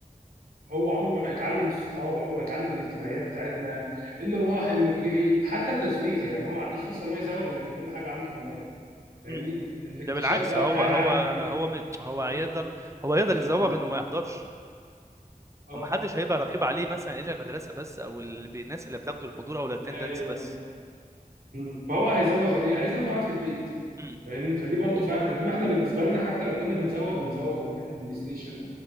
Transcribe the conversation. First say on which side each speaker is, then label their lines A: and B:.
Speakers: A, on the right; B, on the right.
A: هو عمره ما هيتعلم الصحاب عمره ما هيتعلم الاجتماعيات بتاعتنا المروح المجي حتى التزويغ يعني هو ما عندوش فرصه ان هو يزوغ لان كل حاجه عنده اونلاين فاهمني
B: م-م.
A: الاكتشاف
B: ده بالعكس
A: بقى
B: هو
A: بتاع
B: هو
A: العالم الفكري
B: هو م- هو
A: كله
B: يقدر هو يقدر
A: مش
B: يزوغ
A: موجود
B: انه ما يحضرش
A: اه
B: ومحدش هيبقى رقيب عليه مثلا الا المدرسه بس او ال- الناس اللي بتاخدوا الحضور او الاتندنس
A: ايوه
B: بس
A: مم. فهو هيزوغ ليه هيزوغ قاعد في البيت
B: م.
A: فاهمني فدي برضو فرق انما احنا بالنسبه لنا حتى لو كنا بنزوغ بنزوغ بنروح البلاي ستيشن